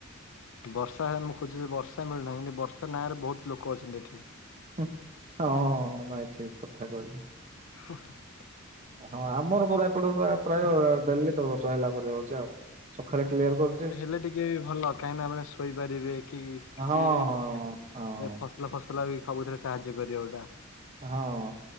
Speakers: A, on the left (about 75°); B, on the right (about 35°).
A: ବର୍ଷା ହେଲେ ମୁଁ ଖୋଜୁଛି ବର୍ଷା ମିଳୁନାହିଁ କିନ୍ତୁ ବର୍ଷା ନାଁରେ ବହୁତ ଲୋକ ଅଛନ୍ତି ଏଠି।
B: ହୁଁ ହଁ ଭାଇ ଠିକ କଥା କହିଲ।
A: <unintelligible>
B: ହଁ ଆମର ପରା ଏପଟେ ପା ପ୍ରାୟ ଡେଲି ତ ବର୍ଷା ହେଲା ପରେ ହଉଛି ଆଉ ସକାଳେ କ୍ଲିୟର କରୁ
A: ସେଟା ହେଲେ ଟିକେ ଭଲ କାହିଁକିନା ଆପଣ ଶୋଇପାରିବେ କି କିଛି
B: ହଁ
A: ଏବେ ଏ
B: ହଁ
A: ଫ ଭଲ ଫସଲ ବି ସବୁଥିରେ ସାହାଯ୍ୟ କରିବା ଗୋଟା।
B: ହଁ।